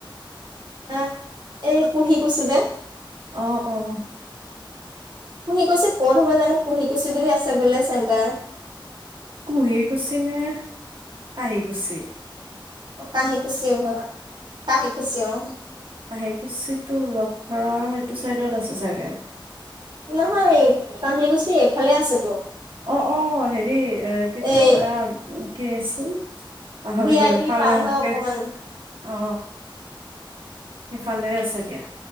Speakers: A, on the right; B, on the right.
A: হ এই কুঁহি কুছি যে
B: অ', অ'।
A: পুহি কুছি ক'ত হ'ব জানো পুহি কুছি বুলি আছে বোলে চেণ্টাৰ।
B: কুহি কুছি নে কাহি কুছি।
A: অ কাহ কুছেিয় বা কাহ কুছেিয় অ
B: কাহ কুছি টো লখ্মৰৰ সটো চাইডত আছে চাগে
A: নহয় কহি গুছি এফালে আছে
B: অ', অ' হেৰি কিন্তু
A: এই
B: আহ কি আছিল। <unintelligible>
A: ভি আই পি পাৰ হৈ অকমান
B: অ' সিফালে আছে দিয়া।